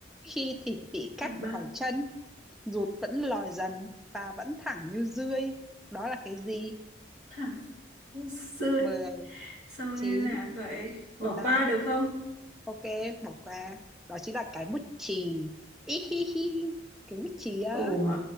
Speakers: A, in the centre; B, on the right.
A: Khi thịt bị cắt
B: Thẳng băng
A: khỏi chân, ruột vẫn lòi dần và vẫn thẳng như dươi. Đó là cái gì?
B: thẳng, xuôi.
A: Mười
B: Sao nghe
A: chín
B: lạ vậy? Bỏ
A: 8.
B: qua được không?
A: ok bỏ qua đó chính là cái bút chì ý hi hi cái bút chì á
B: Ủa?